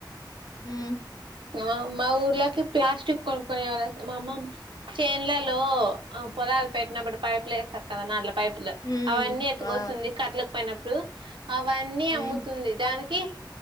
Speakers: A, on the left; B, on the right.
A: హ్మ్
B: ఆ మా ఊర్లోకి ప్లాస్టిక్ కొనుకునే వాళ్ళు మా అమ్మ చేన్లలో పొలాలు పెట్టినప్పుడు పైపులు వేస్తారు కదా న పైపు లో
A: హ్మ్
B: అవన్నీ ఎత్తుకొస్తుంది
A: ఆ
B: కట్లు పైనప్పుడు అవన్నీ
A: హ్మ్
B: అమ్ముతుంది దానికి